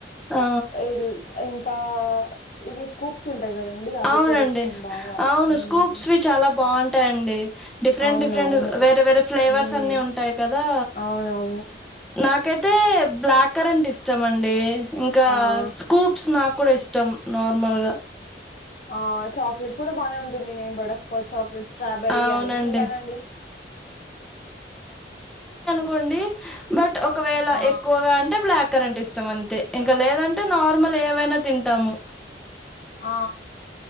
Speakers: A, in the centre; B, on the left.
A: ఆ!
B: ఇ ఇంకా ఇవి స్కూప్స్ ఉంటాయి కదండి అవి
A: అవునండి
B: కూడా ఇష్టం బాగా
A: అవును
B: హ్మ్.
A: స్కూప్స్ వి చాలా బాగుంటా టండి డిఫరెంట్
B: అవునవును
A: డిఫరెంట్ వేరే వేరే ఫ్లేవర్స్
B: ఉమ్
A: అన్ని ఉంటాయి కదా
B: అవునవును
A: నాక్ ఒకకైతే బ్లాక్ కరంట్ ఇష్టామ అండి ఇంకా
B: ఆ
A: స్కూప్స్ నాకు కూడా ఇష్టం నార్మల్ గా
B: ఆ చాక్లెట్ కూడా బానే ఉంటుంది నేన్ బటర్స్కాచ్ చాక్లెట్ స్ట్రాబెరీ
A: అవునండి
B: అన్ని తింటానండి
A: కొండి బట్ ఒకవేళ
B: ఆ
A: ఎక్కువగా అంటే బ్లాక్ కరెంట్ ఇష్టం అంతే ఇంకా లేదంటే నార్మల్ ఏవైనా తింటాము
B: ఆ